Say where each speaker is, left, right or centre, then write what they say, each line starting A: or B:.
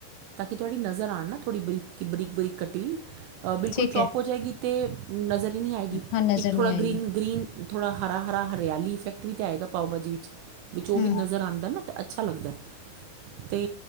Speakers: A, on the right; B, on the left.
A: ਤਾਂ ਕਿ ਤੁਹਾਡੀ ਨਰ ਜ਼ਰ ਆਉਣ ਨਾ ਥੋੜ੍ਹ ਬਰੀਕ ਬਰੀਕ ਬਰੀਕ ਕਟੀ ਹੋਈ ਬਿਲਕੁਲ
B: ਠੀਕ
A: ਚੌਪ
B: ਹੈ
A: ਹੋ ਜਾਏਗੀ ਤੇ ਨਜ਼ਰ ਨਹੀਂ ਹੈਗੀ
B: ਹਾਂ ਨਜ਼ਰ
A: ਇੱਕ ਥੋੜਾ
B: ਨਹੀਂ ਆਏਗੀ
A: ਗ੍ਰੀਨ ਗ੍ਰੀਨ ਥੋੜਾ ਹਰਾ ਹਰਾ ਹਰਿਆਲੀ ਇਫੈਕਟ ਵੀ ਤਾਂ ਆਏਗਾ ਪਾਓ ਭਾਜੀ ਵਿੱਚ ਵਿੱਚ ਉਹ
B: ਹੂੰ
A: ਵੀ ਨਜ਼ਰ ਆਉਂਦਾ ਨਾ ਤਾਂ ਅੱਛਾ ਲੱਗਦਾ ਤੇ